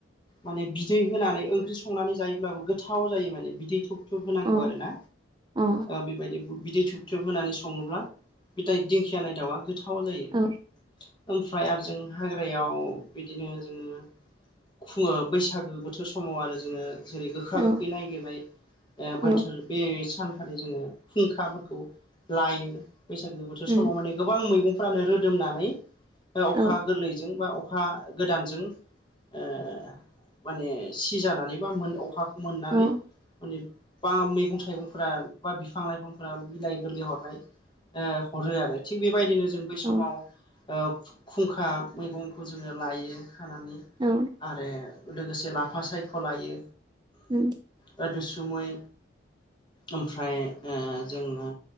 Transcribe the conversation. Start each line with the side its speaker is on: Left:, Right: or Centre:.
Left: माने बिदै होनानै ओंख्रि संनानै जायोब्लाबो गोथाव जायो माने बिदै थुब थुब थुब होनांगौ
Right: अ
Left: आरोना
Right: औ
Left: बेबायदि बिदै थुब थोब होनानै सङोब्ला बे दाय दिंखिया नायदावा गोथाव जायो
Right: औ
Left: ओमफ्राय आरो जों हाग्रायाव बिदिनो जोङो खुङो बैसागो बोथोर समाव आरो जोङो जेरै गोखा
Right: औ
Left: गोखै ननायागिरनाय ओ बोथोर
Right: औ
Left: बे सानखालि जोङो खुंखाफोरखौ लायो बैसागो बोथोर
Right: उम
Left: समाव मान गोबां मैगं फोरानो रोदोमनानै अखा
Right: औ
Left: गोरलै बा अखा गोदान जों ओ माने सिजानानै बा मोन अखा मोननानै
Right: औ
Left: माने बा मैगं थाइगंफोरा बा बिफां लाइफांफोरा बालाइ गोरलै हरनाय हरो आरो थिग बेबायदिनो जों बै समाव
Right: औ
Left: ओ खुंखा मैगंखौ जोङो लायो खानानै
Right: औ
Left: आरो लोगोसे लाफा सायख'लायो
Right: उम
Left: गोदुसुमै ओमफ्राय ओ जोङो